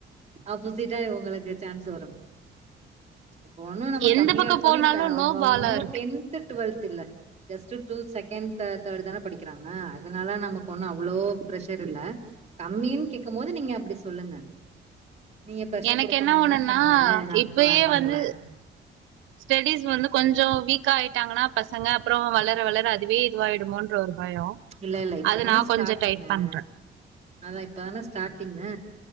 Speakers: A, on the right; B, on the right.
A: ஆப்போ ஃபிட்டாய் உங்களுக்கு சான்ஸ் வரு இப்ப ஒண்ணு நம்ம
B: எந்த
A: கம்மியா
B: பக்கம்
A: எடுத்தாலு
B: போனாலும்
A: இப்ப அவுங்க
B: நோ பாலா
A: ஒன்னு
B: இருக்கு
A: டென்த் டுவெல்த் இல்ல just two second third third தான படிக்கிறாங்க அதனால நமக்கு ஒண்ணு அவ்ளோ பிரெஷர் இல்ல கம்மின்னு கேக்கு போது நீங்க அப்டி சொல்லுங்க நீங்க ப்ரெஷர்
B: எனக்கு
A: குடுக்க
B: என்ன
A: வேணான்னு
B: ஒண்ணுன்னா
A: சொன்னீங்க நா
B: இப்பயே
A: பண்ல
B: வந்து ஸ்டெடிஸ் வந்து கொஞ்சோ வீக்கா ஆயிட்டாங்கனா பசங்க அப்றோ வளர வளர அதி அதுவே இதுவாயிடுமோன்ற ஒரு பயோ
A: இல்ல இல்ல இப்பதான
B: அத நா
A: ஸ்டார்ட்டிங்கு
B: கொஞ்சோ டைட் பண்றே
A: அதா இப்பதான ஸ்டார்ட்டிங்கு